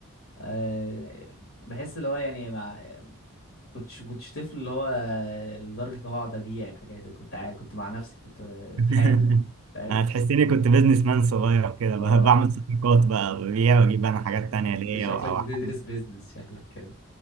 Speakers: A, on the left; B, on the right.
A: آه، بحس اللي هو يعني مع كنتش كنتش طفل اللي هو آه، لدرجة ان هو اقعد ابيع الحاجات دي. كنت عا- كنت مع نفسي كنت آه،
B: <laughs>
A: في حالي فاهم
B: أنا تحسيني كنت بيزنس مان صغير كده
A: اه
B: ب- بعمل صفقات بقى ببيع وأجيب أنا
A: <laughs>
B: حاجات تانية ليا
A: ده شكلك
B: أو أو
A: بتدرس
B: أحب
A: بيزنس شكلك كده